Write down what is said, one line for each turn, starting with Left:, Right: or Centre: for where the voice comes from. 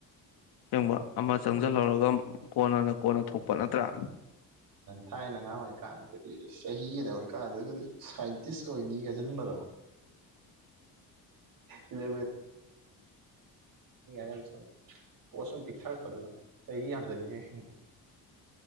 Left: ꯑꯁꯦꯡꯕ ꯑꯃ ꯆꯪꯁꯤꯜꯍꯧꯔꯒ ꯀꯣꯟꯅꯅ ꯀꯣꯟꯅ ꯊꯣꯛꯄ ꯅꯠꯇ꯭ꯔꯥ
Right: ꯊꯥꯏꯅ ꯑꯉꯥꯡ ꯑꯣꯏꯔꯤꯀꯥꯟꯗꯒꯗꯤ ꯆꯍꯤꯒꯤꯅ ꯍꯧꯔꯤꯀꯥꯟꯗꯒꯗꯤ ꯁꯥꯏꯟꯇꯤꯁ ꯑꯣꯏꯅꯤꯒꯁꯤꯟꯕꯗꯣ ꯏꯟꯔꯤ ꯑꯦ <unintelligible> ꯄꯤꯛꯊꯔꯛꯄꯗꯣ ꯁꯨꯝ ꯆꯍꯤ ꯌꯥꯝꯁꯤꯜꯂꯤꯉꯩ